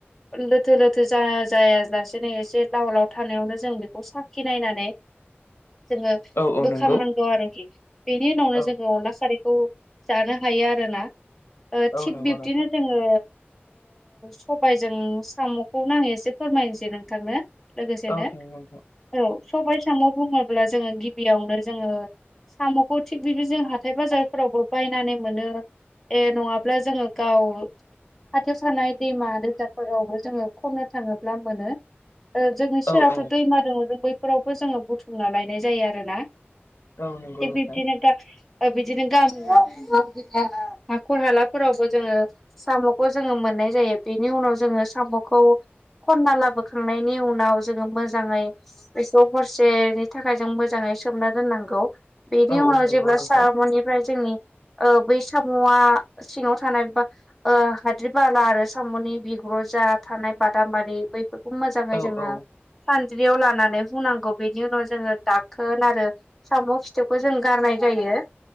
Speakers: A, in the centre; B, on the left.
A: लोथो लोथो जा जायालासेनो एसे लाव लाव थानायावनो जों बेखौ साखि नायनानै जोङो
B: औ औ
A: बोखांनांगौ
B: नंगौ
A: आरोखि बेनि उनावनो
B: औ
A: जोङो अनला सारैखौ जानो हायो आरोना
B: औ
A: थिग
B: नंगौ
A: बिब्दिनो
B: नोंथां
A: जोङो सबायजों साम'खौ नाङै एसे फोरमायनोसै नोंथांनो लोगोसेनो
B: औ दे नोंथां
A: औ सबाय साम' बुङोब्ला जोङो गिबियावनो जोङो साम'खौ थिग बिदि जों हाथाय बाजारफोरावबो बायनानै मोनो ए नङाब्ला जोङो गाव खाथियाव थानाय दैमा दैसाफोरावबो जोङो खननो थाङोब्ला मोनो। जोंनि सेरावथ'
B: औ औ
A: दैमा दंङो जों बैफोरावबो जोङो बुथुमना लायनाय जायो आरो ना
B: औ नंगौ नोंथां
A: बिदिनो गा बिदिनो <unintelligible> हाखर हालाफोरावबो जोङो साम'खौ जोङो मोननाय जायो बेनि उनाव जों सामुखौ खनना लाबोखांनायनि उनाव जोङो मोजाङै बेखौ हरसेनि थाखाय जों मोजाङै सोमना दोननांगौ बेनि
B: औ
A: उनाव
B: औ नंगौ
A: जेब्ला
B: नोंथां
A: सामुनिफ्राय जोंनि बै साम'आ सिङाव थानाया हाद्रि बाला आरो साम'नि बिगुर जा थानाय बादामालि बैफोरखौ मोजाङै
B: औ
A: जोङो
B: औ
A: सान द्रियाव लानानै हुनांगौ बेनि उनाव जोङो दाखोन आरो साम' खिथौखौ जों गारनाय जायो।